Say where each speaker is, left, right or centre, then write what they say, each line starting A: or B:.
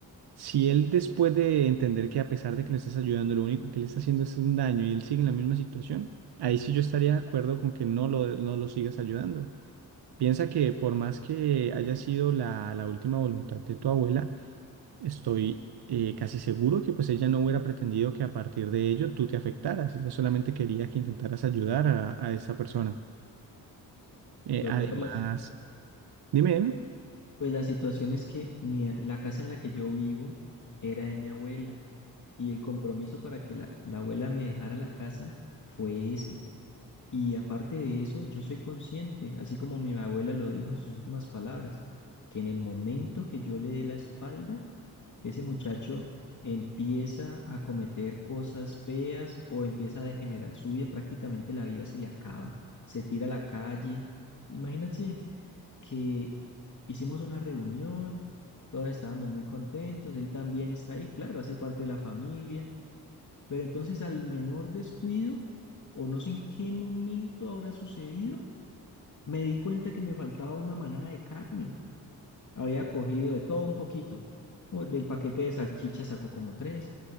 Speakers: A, on the right (about 55°); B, on the left (about 40°).
A: Si él después de entender que a pesar de que le estás ayudando, lo único que le está haciendo es un daño y él sigue en la misma situación, ahí sí yo estaría de acuerdo con que no lo, no lo sigas ayudando. Piensa que por más que haya sido la, la última voluntad de tu abuela, Estoy eh, casi seguro que pues ella no hubiera pretendido que a partir de ello tú te afectaras. Ella solamente quería que intentaras ayudar a, a esa persona. Eh,
B: Doctor,
A: además,
B: la,
A: dime, dime,
B: Pues la situación es que mi- la casa en la que yo vivo era de mi abuela y el compromiso para que la, la abuela me dejara la casa fue ese. Y aparte de eso, yo soy consciente, así como mi abuela lo dijo en sus últimas palabras, que en el momento que yo le dé la espalda, ese muchacho empieza a cometer cosas feas o empieza a degenerar su vida, prácticamente la vida se le acaba, se tira a la calle. Imagínate que hicimos una reunión, todos estábamos muy contentos, él también está ahí, claro, hace parte de la familia, pero entonces al menor descuido, o no sé en qué momento habrá sucedido, me di cuenta que me faltaba una manada de carne. Había cogido de todo un poquito. o Del paquete de salchicha sacó como tres.